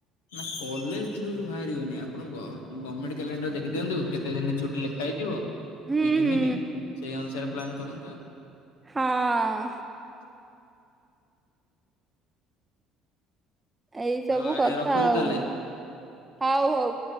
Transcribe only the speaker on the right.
ହୁଁ
ହୁଁ
ହଁ ଏଇ ସବୁ
କଥା
ଆଉ।
ହଉ ହଉ।